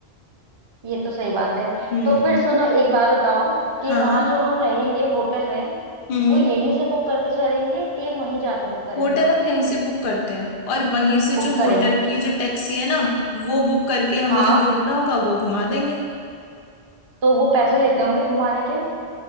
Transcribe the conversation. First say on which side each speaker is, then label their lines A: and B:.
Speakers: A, on the right; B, on the left.
A: ये तो सही बात है
B: हम्म
A: तो फिर सुनो एक बात बताओ कि
B: हाँ
A: वहां जो हम रहेंगे होटल में
B: हम्म
A: वो यहीं से बुक करके चलेंगे कि वहीं जाके बुक करेंगे
B: होटल हम यहीं से बुक करते हैं और वहीं से
A: बुक
B: जो
A: करेंगे
B: होटल की जो टैक्सी है ना वो बुक करके हमें
A: हाँ
B: जो घूमना होगा वो घुमा देंगे
A: तो वो पैसे लेते होंगे घुमाने के